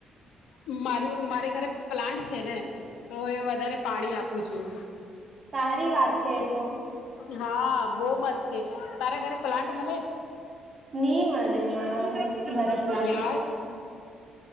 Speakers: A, on the left; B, on the right.
A: મારું મારે ઘરે પ્લાન્ટ છે ને તો હ એ વધારે પાણી આપું છું
B: સારી વાત છે તો
A: હા બહુ મસ્ છે તારે ઘરે પ્લાન્ટ મલે
B: નહી મલે મારા ધરે પ્લાન્ટ
A: યાર